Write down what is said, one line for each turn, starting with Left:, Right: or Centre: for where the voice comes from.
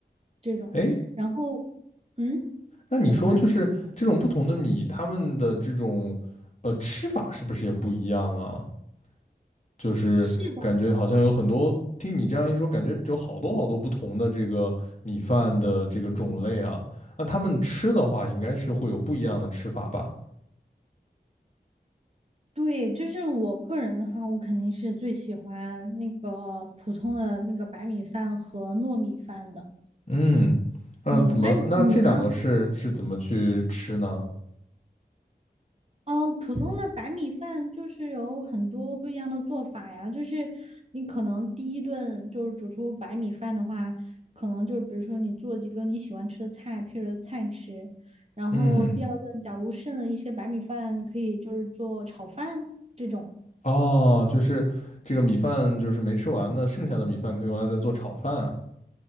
Right: 这种。
Left: 哎，
Right: 然后嗯，
Left: 那你说就是这种不同的米，
Right: 怎么啦？
Left: 它们的这种呃吃法是不是也不一样啊？就是感觉好像有很多，
Right: 是的，
Left: 听你这样一说，感觉有好多好多不同的这个米饭的这个种类啊。那他们吃的话，应该是会有不一样的吃法吧？
Right: 对，就是我个人的话，我肯定是最喜欢那个普通的那个白米饭和糯米饭的。
Left: 嗯嗯，
Right: 嗯，
Left: 怎么？
Right: 那你你呢？
Left: 那这两个是是怎么去吃呢？
Right: 嗯，普通的白米饭就是有很多不一样的做法呀，就是你可能第一顿就是煮出白米饭的话，可能就比如说你做几个你喜欢吃的菜配着菜吃，然后第二顿假如剩了一些白米饭，
Left: 嗯，
Right: 你可以就是做炒饭这种。
Left: 哦，就是这个米饭就是没吃完呢，剩下的米饭可以用来再做炒饭。